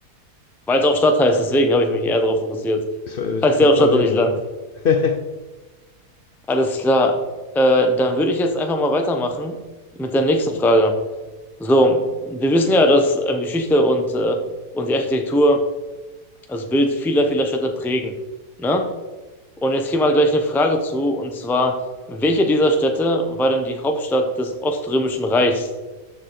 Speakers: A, in the centre; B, on the left.
A: weil es auch Stadt heißt, deswegen habe ich mich eher darauf fokussiert.
B: Das
A: Heißt
B: Klingt
A: ja auch
B: plausibel,
A: Stadt und nicht Land.
B: ja.
A: Alles klar. Äh, dann würde ich jetzt einfach mal weitermachen mit der nächsten Frage. So, wir wissen ja, dass ähm, Geschichte und, äh, und die Architektur das Bild vieler, vieler Städte prägen. Ne? Und jetzt hier mal gleich eine Frage zu, und zwar, welche dieser Städte war denn die Hauptstadt des Oströmischen Reichs?